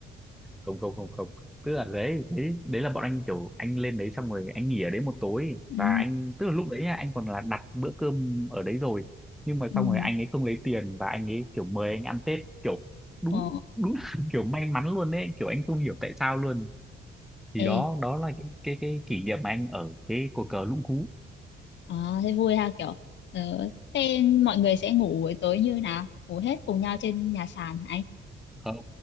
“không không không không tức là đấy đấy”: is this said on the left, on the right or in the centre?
Centre